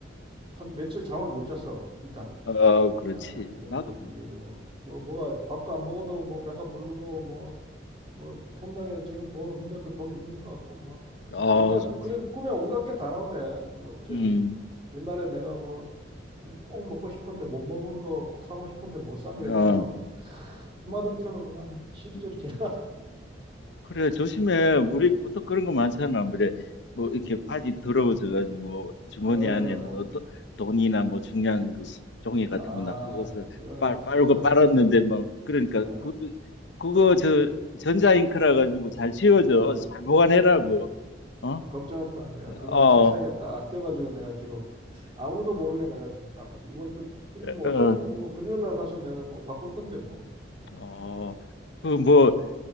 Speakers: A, on the right; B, on the left.
A: 한 며칠 잠을 못 잤어 일단
B: 아, 그렇지.
A: 야, 이거를
B: 나도 그러니까.
A: 이게 뭐, 뭐, 뭐가 밥도 안 먹어도 뭐 배가 부르고 뭐, 뭐 통장에 지금 돈 없는데도 돈 있는 것 같고 막,
B: 아,
A: 막 온갖,
B: 좋지.
A: 그래, 꿈에 온갖 게 다 나오대. 뭐 저기
B: 음,
A: 옛날에 내가 뭐 어, 꼭 먹고 싶은데 못 먹은 거, 꼭 사고 싶은데 못 산 거 이런
B: 아,
A: 게 막 주마등처럼 그냥 막 시리즈로
B: 음.
A: 지나가.
B: 음. 그래, 조심해. 우리 보통 그런 거 많잖아. 그래, 뭐,
A: 어,
B: 이렇게 바지 더러워져가지고, 주머니
A: 어, 어.
B: 안에 뭐,
A: 어.
B: 도- 돈이나 뭐, 중요한 그 수- 종이 같은
A: 아,
B: 거 놔두고서
A: 그거는,
B: 빨, 빨고
A: 그거는,
B: 빨았는데, 뭐, 그러니까,
A: 어,
B: 그것도, 그거 저, 전자잉크라 가지고 잘 지워져.
A: 어.
B: 잘 보관해라고. 어?
A: 음, 걱정하지 마. 내가 그거는
B: 어,
A: 책 사이에 딱 껴가지고 내가 지금 아무도 모르게 내가 지금 딱 한 이번 주 그리고 뭐
B: 어,
A: 어차피 뭐 금요일 날 가서 내가 뭐 바꿀 건데 뭐 음.
B: 어. 그뭐